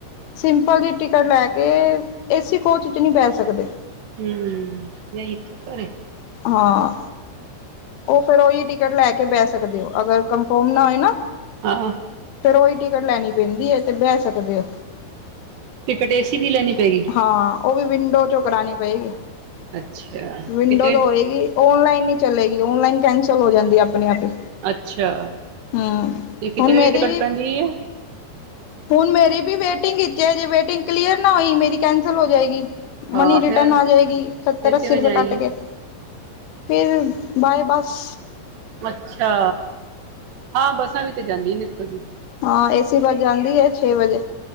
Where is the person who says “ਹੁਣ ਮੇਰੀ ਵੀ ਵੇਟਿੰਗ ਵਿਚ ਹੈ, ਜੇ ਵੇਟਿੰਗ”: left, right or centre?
Left